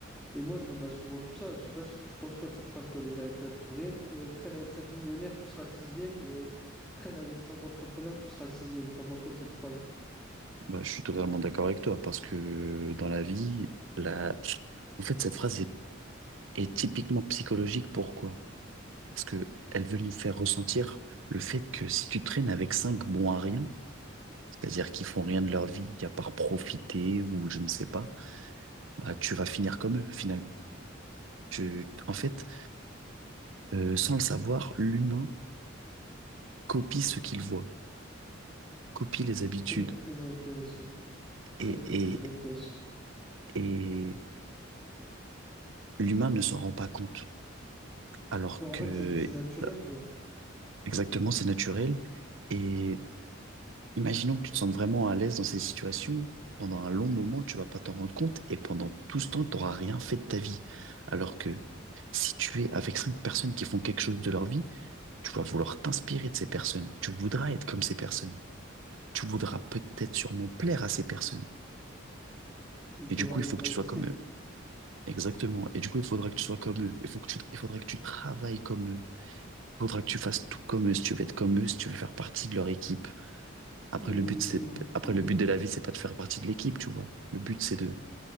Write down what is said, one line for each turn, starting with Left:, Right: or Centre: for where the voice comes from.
Centre: Et moi, je me base souvent sur ça. Je sais pas si tu penses quoi de cette phrase, toi, déjà. Tu la trouves réelle? Tra- Traîne avec 5 millionnaires, tu seras le sixième. euh, traîne avec 5 entrepreneurs, tu seras le sixième. T'en penses quoi de cette phrase?
Right: Bah, je suis totalement d'accord avec toi, parce que dans la vie, la... en fait, cette phrase est, est typiquement psychologique. Pourquoi? Parce que elle veut nous faire ressentir le fait que si tu traînes avec cinq bons à rien, c'est-à-dire qui font rien de leur vie, à part profiter ou je ne sais pas, bah, tu vas finir comme eux, finalement. Tu... En fait, euh, sans le savoir, l'humain copie ce qu'il voit, copie les habitudes.
Centre: Très, très intéressant. Très,
Right: Et,
Centre: très,
Right: et,
Centre: très intéressant.
Right: et l'humain ne s'en rend pas compte. Alors
Centre: Genre, en
Right: que,
Centre: fait, c'est c'est naturel,
Right: bah,
Centre: genre.
Right: exactement, c'est naturel. Et imaginons que tu te sentes vraiment à l'aise dans ces situations. Pendant un long moment, tu vas pas t'en rendre compte. Et pendant tout ce temps, tu n'auras rien fait de ta vie. Alors que si tu es avec cinq personnes qui font quelque chose de leur vie, tu vas vouloir t'inspirer de ces personnes. Tu voudras être comme ces personnes. Tu voudras peut-être sûrement plaire à ces personnes.
Centre: Et tu
Right: Et du
Centre: auras
Right: coup,
Centre: le
Right: il faut
Centre: mindset.
Right: que tu sois comme eux. Exactement. Et du coup, il faudra que tu sois comme eux. Il faut que tu, il faudra que tu travailles comme eux. Il faudra que tu fasses tout comme eux si tu veux être comme eux, si tu veux faire partie de leur équipe. Après,
Centre: Hmm,
Right: le but, c'est, après,
Centre: hmm.
Right: le but de la vie, c'est pas de faire partie de l'équipe, tu vois. Le but, c'est de,